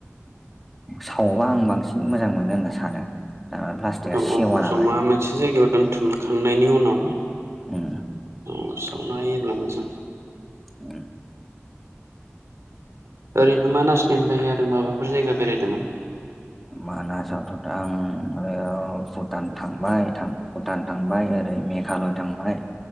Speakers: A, in the centre; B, on the right (about 85°).
A: सावबा आं बांसिन मोजां मोनो होनना सानो। थारमाने प्लास्टिकआ
B: औ
A: सेवा
B: औ जमा
A: नालाय
B: मोनसे जायगायाव दोनथुमखांनायनि उनाव
A: उम
B: औ सावना होयोब्ला मोजां।
A: उम
B: ओरैनो मानासनि अनगायै आरो माबाफोर जायगा बेरायदोमोन?
A: मानासावथ'थ आं ओ औ भुटान थांबाय थां भुटान थां बाय ओरै मेघालय थांबाय